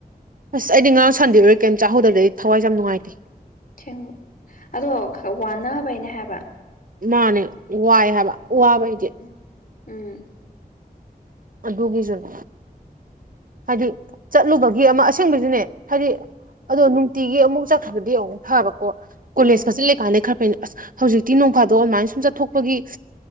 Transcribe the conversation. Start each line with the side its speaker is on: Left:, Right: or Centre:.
Right: ꯑꯁ ꯑꯩꯗꯤ ꯉꯔꯥꯡ ꯁꯟꯗꯦ ꯑꯣꯏꯔ ꯀꯩꯝ ꯆꯥꯍꯧꯗꯁꯥ ꯑꯩ ꯊꯋꯥꯏꯁꯦ ꯌꯥꯝ ꯅꯨꯡꯉꯥꯏꯇꯦ
Left: ꯑꯁꯦꯡꯕ ꯑꯗꯣ ꯋꯥꯟꯅꯕꯩꯅꯦ ꯍꯥꯏꯕ
Right: ꯃꯥꯅꯦ ꯋꯥꯏ ꯍꯥꯏꯕ ꯋꯥꯕꯩꯗꯤ
Left: ꯎꯝ ꯎꯝ
Right: ꯑꯗꯨꯒꯤꯁꯨꯅꯦ ꯍꯥꯏꯗꯤ ꯆꯠꯂꯨꯕꯒꯤ ꯑꯃ ꯑꯁꯦꯡꯕꯩꯁꯨꯅꯦ ꯍꯥꯏꯗꯤ ꯑꯗꯣ ꯅꯨꯡꯇꯤꯒꯤ ꯑꯃꯨꯛ ꯆꯠꯈ꯭ꯔꯒꯗꯤ ꯑꯃꯨꯛ ꯐꯕꯀꯣ ꯀꯣꯂꯦꯖ
Left: ꯎꯝ
Right: ꯈꯥꯆꯠ ꯂꯩꯀꯥꯟꯗ ꯈꯔ ꯐꯩ ꯑꯁ ꯍꯧꯖꯤꯛꯇꯤ ꯅꯣꯡꯐꯥꯗꯣ ꯑꯗꯨꯃꯥꯏꯅ ꯁꯨꯝ ꯆꯠꯊꯣꯛꯄꯒꯤ